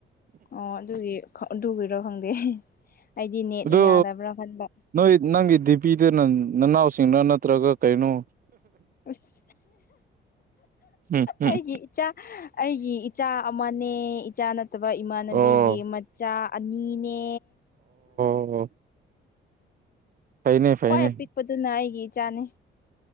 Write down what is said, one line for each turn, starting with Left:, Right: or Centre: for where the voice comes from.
Left: ꯑꯣ ꯑꯗꯨꯒꯤ ꯑꯗꯨꯒꯤꯔꯣ ꯈꯪꯗꯦ ꯑꯩꯗꯤ ꯅꯦꯠꯅ
Right: ꯑꯗꯨ
Left: ꯌꯥꯗꯕ꯭ꯔꯥ ꯈꯟꯕ
Right: ꯅꯣꯏ ꯅꯪꯒꯤ ꯗꯤꯄꯤꯗꯨ ꯅꯪ ꯅꯅꯥꯎꯁꯤꯡꯔꯥ ꯅꯠꯇ꯭ꯔꯒ ꯀꯩꯅꯣ
Left: ꯑꯁ
Right: ꯎꯝ ꯎꯝ
Left: ꯑꯩꯒꯤ ꯏꯆꯥ ꯑꯩꯒꯤ ꯏꯆꯥ ꯑꯃꯅꯦ ꯏꯆꯥ ꯅꯠꯇꯕ ꯏꯃꯥꯟꯅꯕꯤꯒꯤ
Right: ꯑꯣ
Left: ꯃꯆꯥ ꯑꯅꯤꯅꯦ
Right: ꯑꯣ ꯐꯩꯅꯦ ꯐꯩꯅꯦ
Left: ꯈ꯭ꯋꯥꯏ ꯑꯄꯤꯛꯄꯗꯨꯅ ꯑꯩꯒꯤ ꯏꯆꯥꯅꯤ